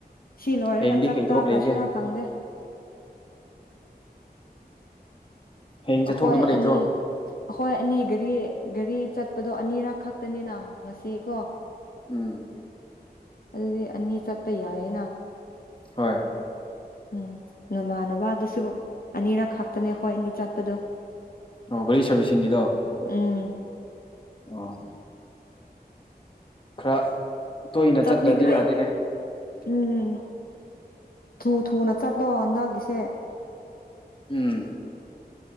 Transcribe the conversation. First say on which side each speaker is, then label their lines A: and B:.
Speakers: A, on the left (about 60°); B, on the left (about 30°).
A: ꯁꯤ ꯂꯣꯏꯔꯒ
B: ꯍꯌꯦꯡꯗꯤ
A: ꯆꯥꯛ
B: ꯀꯩ
A: ꯆꯥꯈ꯭ꯔꯁꯤꯔ
B: ꯊꯕꯛ ꯂꯩꯒꯦ
A: ꯈꯪꯗꯦ
B: ꯍꯌꯦꯡ ꯆꯠꯊꯣꯛꯅꯕ
A: ꯑꯈꫭꯏ
B: ꯂꯩꯇ꯭ꯔꯣ
A: ꯑꯅꯤ ꯑꯩꯈꯣꯏ ꯑꯅꯤ ꯒꯥꯔꯤ ꯒꯥꯔꯤ ꯆꯠꯄꯗꯣ ꯑꯅꯤꯔꯛ ꯈꯛꯇꯅꯤꯅ ꯉꯁꯤ ꯀꯣ
B: ꯎꯝ
A: ꯑꯗꯨꯗꯤ ꯑꯅꯤ ꯆꯠꯄ ꯌꯥꯏꯌꯦꯅ
B: ꯍꯣꯏ
A: ꯎꯝ ꯅꯃꯥꯟꯅꯕ ꯑꯗꯨꯁꯨ ꯑꯅꯤꯔꯛ ꯈꯥꯛꯇꯅꯦ ꯑꯩꯈꯣꯏ ꯑꯅꯤ ꯆꯠꯄꯗꯣ
B: ꯑꯣ ꯒꯥꯔꯤ ꯁꯥꯔꯕꯤꯁꯤꯡꯒꯤꯗꯣ
A: ꯎꯝ
B: ꯑꯣ ꯈꯔ ꯇꯣꯏꯅ
A: ꯆꯠꯅꯤꯡꯉꯥꯏ
B: ꯆꯠꯇ꯭ꯔꯗꯤ ꯌꯥꯗꯦꯅꯦ
A: ꯎꯝ ꯊꯨ ꯊꯨꯅ ꯆꯠꯂꯣ ꯅꯪꯒꯤꯁꯦ
B: ꯎꯝ